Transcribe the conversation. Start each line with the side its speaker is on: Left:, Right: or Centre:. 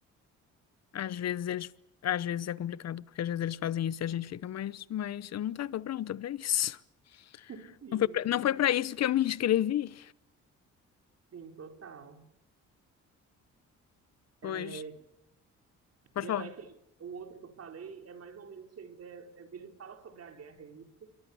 Left: Às vezes eles, às vezes é complicado, porque às vezes eles fazem isso e a gente fica, mas, mas eu não tava pronta pra isso.
Right: Sim,
Left: Não foi pra, não foi para isso que eu me inscrevi.
Right: sim, total.
Left: Pois,
Right: É,
Left: pode
Right: E é,
Left: falar.
Right: vai que o outro que eu falei é mais ou menos. che- É, é- ele fala sobre a guerra, é isso.